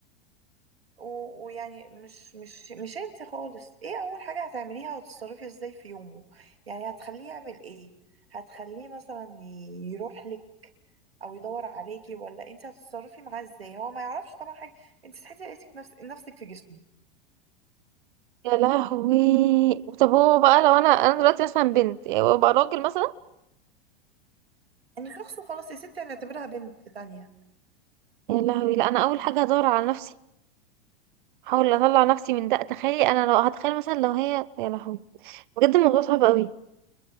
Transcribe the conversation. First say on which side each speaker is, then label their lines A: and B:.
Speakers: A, on the right; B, on the right.
A: و... ويعني مش مش مش انت خالص ايه اول حاجة هتعمليها وتتصرفي ازاي في يومه يعني هتخليه يعمل ايه هتخليه مثلا يروح لك او يدور عليكي ولا انت هتتصرفي معاه ازاي هو ما يعرفش طبعا حاجة انت صحيتي لقيتك نفس... نفسك في جسمه
B: يا لهوي طب هو بقى لو انا انا دلوقتي مثلا بنت وابقى راجل مثلا
A: يعني شخص وخلاص يا ستي هنعتبرها بنت تانية
B: يا لهوي لا انا اول حاجه هدور على نفسي احاول اطلع نفسي من ده تخيلي انا لو هتخيل مثلا لو هي يا لهوي بجد الموضوع صعب قوي